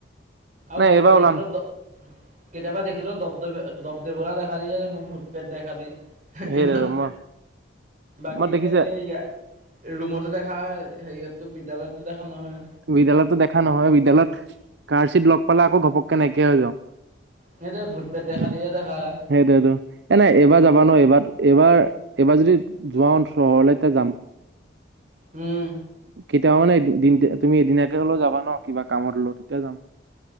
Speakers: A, on the right (about 40°); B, on the right (about 60°).
A: আৰু
B: নাই
A: কেতিয়াবা
B: এইবাৰ
A: দেখিলোঁ,
B: ওলাম
A: কেতিয়াবা দেখিলো দপ দে দপ দেৱতা দেখ দিয় ভূত পেেত দেখালি <unintelligible>
B: সেই
A: ইমান,
B: মই
A: বাকীনেই
B: মই দেখিছে
A: ইয়াত। ৰুমতো দেখা হয়, হেৰিয়ততো বিদ্যালয়তো দেখা নহয়।
B: বিদ্যালয়তো দেখা নহয় বিদ্ালয়ত কাৰ চিিত লগ পালে আকৌ ঘপককে নাইকিয়া হৈ যাওঁ <unintelligible>
A: সেইটোৱে ভূত পেট দেখা
B: সেইটোয়ে
A: দিয়ে দেখা হয়
B: টো এনেই এইবাৰ যাবা নোৱাৰি এইবাৰ, এইবাৰ, এইবাৰ যদি যোৱাওঁ চহৰলৈ যাম।
A: উম'
B: খতি আ নাই দিন <unintelligible> তুমি এদিনাকে হলেও যাবা ন, কিবা কামত হ'লেও তেতিয়া যাম।